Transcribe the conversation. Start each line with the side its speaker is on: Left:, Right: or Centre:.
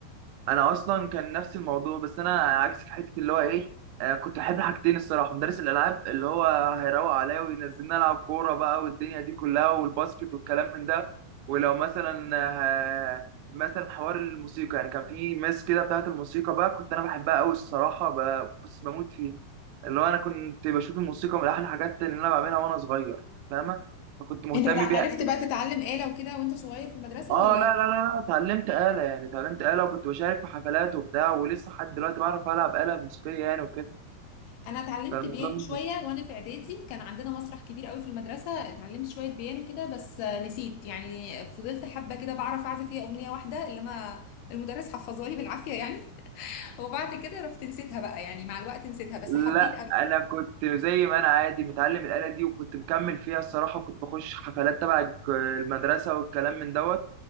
Right: انا اصلا كان نفس الموضوع بس انا عكسك في حته اللي هو ايه آه كنت بحب حاجتين الصراحه مدرس الالعاب اللي هو هيروق عليا وينزلنا العب كوره بقى والدنيا دي كلها والباسكت والكلام من ده ولو مثلا آه مثلا حوار الموسيقى يعني كان في مس كده بتاعت الموسيقى بقى كنت انا بحبها قوي الصراحه ب- بص بموت فيها اللي هو انا كنت بشوف الموسيقى من احلى الحاجات اللي انا بعملها وانا صغير فاهمه فكنت مهتم
Left: انت تع-
Right: بيها
Left: عرفت بقى تتعلم آلة وكده وانت صغير في المدرسه
Right: اه
Left: ولا
Right: لا لا لا لا اتعلمت آلة يعني اتعلمت آلة وكنت بشارك في حفلات وبتاع ولسه لحد دلوقتي بعرف ألعب آلة موسيقية يعني وكده
Left: انا اتعلمت
Right: فالموضوع
Left: بيانو
Right: مش-
Left: شويه وانا في اعدادي كان عندنا مسرح كبير قوي في المدرسه اتعلمت شويه بيانو كده بس آه، نسيت يعني فضلت حبه كده بعرف اعزف فيها اغنيه واحده اللي انا المدرس حفظها لي بالعافيه يعني <laughs> وبعد كده رحت نسيتها بقى يعني مع الوقت نسيتها بس
Right: لا
Left: حبيت
Right: أنا كنت زي ما أنا عادي متعلم الآلة دي وكنت مكمل فيها الصراحة وكنت بخش حفلات تبع الك- المدرسة والكلام من دوت